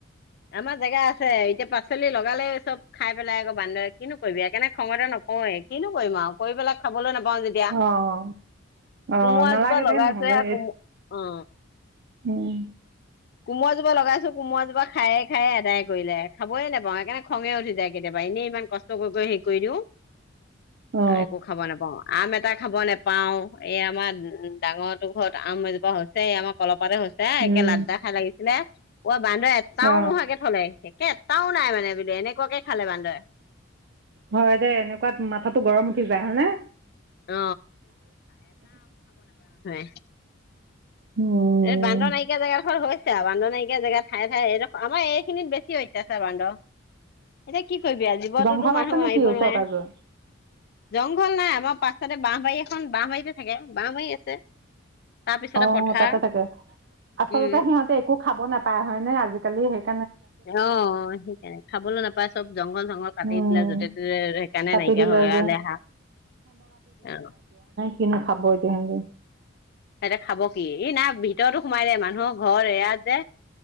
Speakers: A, on the left (about 50°); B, on the right (about 55°).
A: আমাৰ জেগা আছে এতিয়া পাচলি লগালে চব খাই পেলাই আকৌ বান্দে কিনো কৰিবি এককাৰনেে খঙতে নকওঁৱে কিনো কৰিম আৰু কৰি পেলাই। খাবলৈ নাপাওঁ যেতিয়া
B: অ অ
A: কোমোৰা
B: নালাগে
A: এজোপা লগাইছহে
B: দে নহ'লে
A: কোমো অ
B: উম
A: কোমোৰাজোপা লগাইছো কোমোৰাজোপা খায়ে খায়ে কোমোৰা জুপা লগাইছো কোমোৰা জুপা খাই খাই আদায় কৰিলে খাবয়ে নাপাওঁ সেইকাৰণে খঙে উঠি যায় কেতিয়াবা এনেই ইমান কষ্ট কৰি কৰি হেৰি কৰি দিওঁ
B: অ
A: একো খাব নাপাওঁ আম এটাক খাব নেপাওঁ এই আমাৰ ডাঙৰো ঘৰত আম এজোপা হৈছে এই আমাৰ কলপ থপাটো হৈছে
B: উম
A: একে লাড্ডা লাগিছিনে অ বান্দৰ এটাও
B: অ
A: নোহোৱাকে থলে। একে এটাও নাই মানে বোলে এনেকুৱাকে খালে বান্দৰে
B: হয় দে এনেকুৱাত মাথাাতো গৰম উঠি যায় হয় নে,
A: অ থনেক
B: উম।
A: বান্দৰ নাইকিয়া জেগা দখত হয়। বান্দ নাইকিয়া জেগা ঠাই য়ে ঠাইয়ে এইডখ আমাৰ এই খিনিত বেছি হত্যাছাৰ বান্দ এ কি কৰিবি জীৱনোতো
B: জংঘল
A: মানুহ
B: আছে নেকি
A: মাৰিব
B: ওচৰ
A: নোৱাৰে।
B: পাজৰে?
A: জংঘল নাই আমাৰ পাছতে বাঁহবাৰী এখন বাহহবাৰীতে থাকে বাঁহবাৰী আছে। তাৰপিছতে
B: অ
A: পথাৰ।
B: তাতে আচলতে
A: উম
B: সিহঁতে একো খাব নাপায় হয় নে আজিকালি। কালি শেষ
A: আহ সেইকাৰণে খাবলৈ নাপায় চব জংঘল চংঘল কাটি
B: উম
A: দিলে য'তে ততে সেইকাৰণে
B: কাটি
A: নাইকিয়া
B: দিলে
A: হৈৰা
B: যে
A: লেহা অহ
B: কিন খাবাব এতিয়া হেতি
A: হেতে খাব কি ই নাই ভিতৰতো সোমাই দে মানুহৰ ঘৰ এ ইয়াত যে